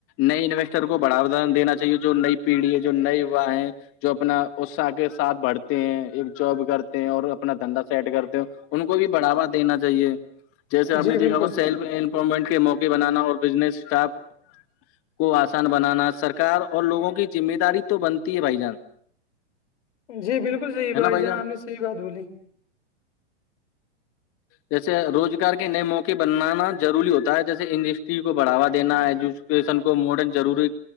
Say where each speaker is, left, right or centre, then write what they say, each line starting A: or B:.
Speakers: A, on the left; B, on the left.
A: نئے انویسٹر کو بڑھو دان دینا چاہیے جو نئی پیڑھی ہے جو نئے یووا ہیں جو اپنا اصاہ کے ساتھ بڑھتے ہیں ایک جاب کرتے ہیں اور اپنا دھندا سیٹ کرتے ہیں ان کو بھی بڑھاوا دینا چاہیے جیسے آپ
B: جی
A: نے
B: بالکل
A: دیکھا سیلفمپمنٹ کے موقع بنانا اور بزنس اسٹارپ کو آسان بنانا سرکار اور لوگوں کی ذمہ داری تو بنتی ہے بھائی جان
B: جی بالکل صحیح
A: ہے نا
B: بھائی جاں
A: جان
B: ہم نے صحیح بات بولی
A: جیسے روزگار کے نئے موقع بنانا ضروری ہوتا ہے جیسے انڈسٹری کو بڑھوا دینا ایجوکیشن کو ماڈرن ضروری